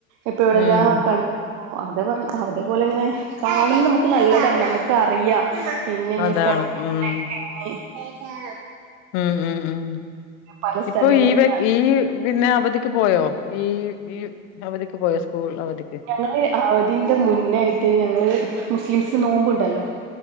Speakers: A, on the right; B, on the left.
A: ഇപ്പൊ ഇവിടെല്ലാം
B: ഉം
A: ക അതാപറഞ്ഞ് അതേപോലെ ഇങ്ങനെ കാണുന്ന നമ്മുക്ക് നല്ലതാണ് നമ്മുക്ക് അറിയാം <unintelligible>
B: അതാണ് ഉം. ഉം ഉം ഉം
A: പല സ്ഥലങ്ങളില
B: ഇപ്പൊ ഈ വെ ഈ പിന്നെ അവധിക്ക് പോയോ ഈ ഈ അവധിക്ക് പോയോ സ്കൂൾ അവധിക്ക്
A: ഞങ്ങള് അവധിന്റെ മുന്നായിട്ട് ഞങ്ങള് മുസ്ലിംസിന് നോമ്പുണ്ടല്ലോ?